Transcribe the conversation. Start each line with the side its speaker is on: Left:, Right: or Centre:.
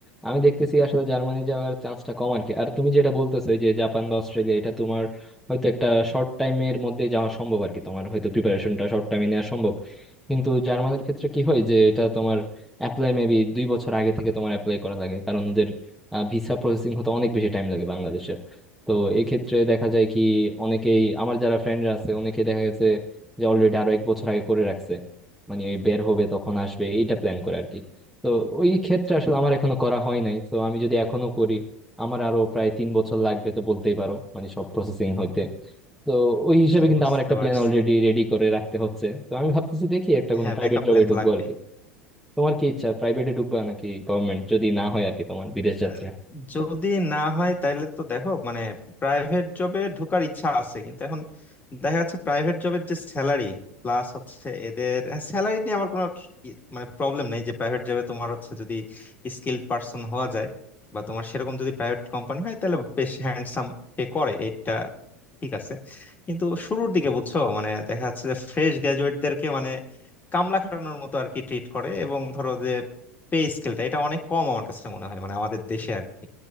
Centre: আমি দেখতেছি আসলে জার্মানি যাওয়ার চান্সটা কম আর কি আর তুমি যেটা বলতেছো এই যে জাপান বা অস্ট্রেলিয়া এটা তোমার হয়তো একটা শর্ট টাইমের মধ্যে যাওয়া সম্ভব আর কি তোমার হয়তো প্রিপারেশনটা শর্ট টাইমে নেওয়া সম্ভব কিন্তু জার্মানির ক্ষেত্রে কি হয় যে এটা তোমার অ্যাপ্লাই মেবি দুই বছর আগে থেকে তোমার অ্যাপ্লাই করা লাগে কারণ ওদের ভিসা প্রসেসিং হতে অনেক বেশি টাইম লাগে বাংলাদেশের তো এই ক্ষেত্রে দেখা যায় কি অনেকেই আমার যারা ফ্রেন্ডরা আছে অনেকে দেখা গেছে যে অলরেডি আরো এক বছর আগে করে রাখছে মানে বের হবে তখন আসবে এটা প্ল্যান করে আর কি তো ওই ক্ষেত্রে আসলে আমার এখনো করা হয় নাই তো আমি যদি এখনো করি আমার আরো প্রায় তিন বছর লাগবে তো বলতেই পারো মানে সব প্রসেসিং হইতে তো ওই
Left: হম
Centre: হিসেবে কিন্তু
Left: বুঝতে
Centre: আমার একটা
Left: পারছি
Centre: প্ল্যান অলরেডি রেডি করে রাখতে হচ্ছে তো আমি ভাবতেছি দেখি একটা কোনো
Left: হ্যাঁ
Centre: প্রাইভেট
Left: ব্যাকআপ
Centre: জবে
Left: প্ল্যান তো
Centre: ঢুকবো
Left: লাগবেই
Centre: আর কি তোমার কি ইচ্ছা প্রাইভেটে ঢুকবা নাকি গভর্নমেন্ট যদি না হয় আর কি তোমার বিদেশ যাত্রা
Left: আহ, যদি না হয় তাহলে তো দেখো মানে প্রাইভেট জবে ঢোকার ইচ্ছা আছে কিন্তু এখন দেখা যাচ্ছে প্রাইভেট জবের যে স্যালারি প্লাস হচ্ছে এদের স্যালারি নিয়ে আমার কোনো ই- মানে প্রবলেম নাই যে প্রাইভেট জবে তোমার হচ্ছে যদি স্কিল্ড পার্সন হওয়া যায় বা তোমার সেরকম যদি প্রাইভেট কোম্পানি হয় তাহলে বেশ হ্যান্ডসাম পে করে এটা ঠিক আছে কিন্তু শুরুর দিকে বুঝছো মানে দেখা যাচ্ছে যে ফ্রেশ গ্রাজুয়েটদেরকে মানে কামলা খাটানোর মতো আর কি ট্রিট করে এবং ধরো যে পে স্কেলটা এটা অনেক কম আমার কাছে মনে হয় মানে আমাদের দেশে আর কি